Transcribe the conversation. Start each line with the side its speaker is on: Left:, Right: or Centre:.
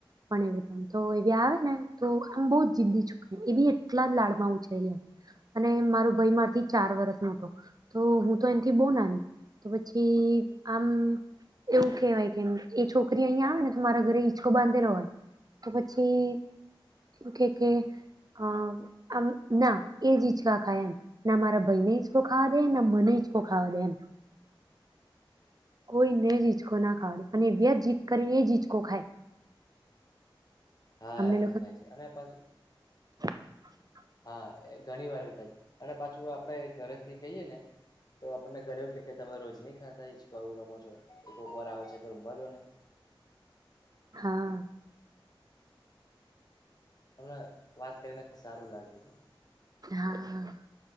Right: પણ એવીીતેમ તો એવી આવે ને તો આમ બહ જિદદી છોકરી એ બી એટલા લાડમાં ઉછરેલી આમ અને મારો ભાઈ મારથી ચાર વરસ મોટો તો હું બો ના તો પછી આમ એવું કેહેવાય કે એ છોકરી અહીિયાં આવે ને તો મારા ઘરે ઈચકો બાંધેલો હોય તો પછી એવું કે કે આમ ના એજ ીચકા ખાય એમ ના મારા ભાઈને ઇચકો ખાવા દે ના મને ઈચ કો ખાવા દે એમ. કોઈ મે જીચકો ના ખાવા દે અને વ્યજ જીત કરી એ જ હિચકો ખાય.
Left: હા
Right: અમને
Left: એવું થાય છે અને પાછ
Right: હ <inaudible>
Left: હા એ ઘણી વાર એવું થાય, અને પાછું આપડ ઘરેથી કહીએ ને, તો આપણને ઘરે એવું કે તમે રોજ નહી ખાતા જું રમો છો એક વાર આવે છે તો રમવા દો ને.
Right: હા.
Left: તમને વાત કરીને સારું લાગ્યું.
Right: હા